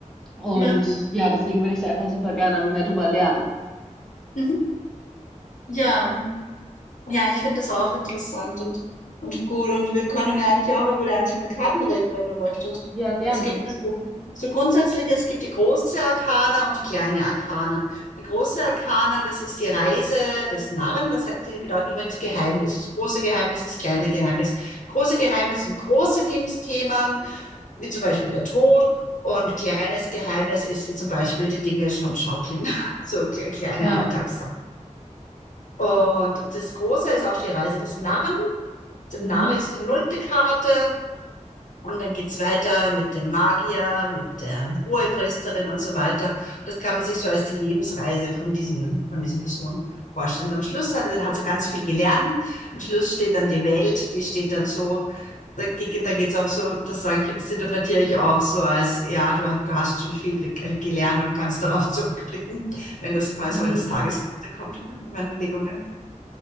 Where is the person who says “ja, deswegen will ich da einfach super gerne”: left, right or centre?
Centre